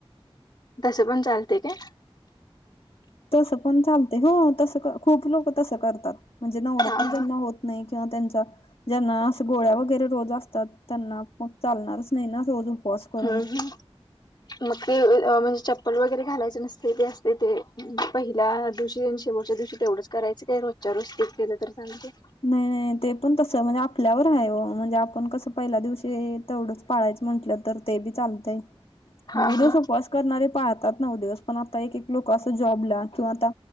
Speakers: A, on the left; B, on the left.
A: तसं पण चालते काय.
B: तसं पण चालते. हो तसं खूप लोक तसं करतात, म्हणजे नवरत्न
A: हा हा
B: ज्यांना होतं नाही किंवा त्यांचा. ज्यांना अस गोळ्या वगैरे रोज असतात, त्यांना चालणारच नाही ना रोज उपवास. करून
A: हम् हम. मग ते म्हणजे चप्पल वगैरे घालायचे नसते, ते असते ते पहिल्या दिवशी आणि शेवटच्या दिवशी. तेवढंच करायचं, काय रोजच्या रोज ते केलं तर चालतंय.
B: नाही नाही ते पण तस म्हणजे, आपल्यावर आहे ओ म्हणजे आपण कसं पहिल्या दिवशी तेवढंच. पाळायचं म्हटलं तर ते बी चालतंय,
A: हा
B: नऊ दिवस
A: हा
B: उपवास. करणारे पाळतात नऊ दिवस पण आता, एक एक लोक असं जॉबला किंवा आता